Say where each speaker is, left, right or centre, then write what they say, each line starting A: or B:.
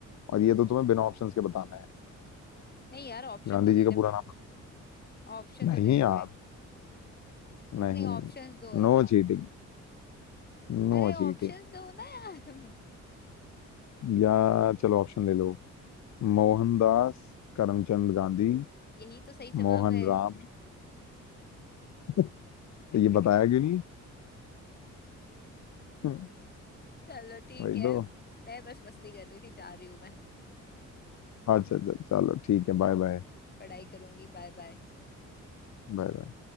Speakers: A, on the left (about 65°); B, on the left (about 30°).
A: और ये तो तुम्हें बिना ऑप्शंस के बताना है
B: नहीं यार ऑप्शन
A: गांधी
B: तो देने
A: जी का
B: पड़ेंगे
A: पूरा नाम बता-
B: ऑप्शन
A: नहीं
B: तो देने
A: यार
B: पड़ेंगे पू-
A: नहीं
B: नहीं ऑप्शंस दो यार
A: नो चीटिंग No
B: अरे ऑप्शंस
A: cheating
B: दो ना यार <laughs>
A: या चलो ऑप्शन ले लो मोहनदास करमचंद गांधी
B: यही तो सही जवाब
A: मोहन
B: है
A: राम <laughs> तो
B: <laughs>
A: ये बताया क्यों नहीं <laughs>
B: चलो ठीक
A: वही
B: है
A: तो
B: मैं बस मस्ती कर रही थी जा रही हूँ मैं
A: अच्छा अच्छा चलो ठीक है बाय बाय
B: पढ़ाई करूंगी बाय बाय
A: Bye bye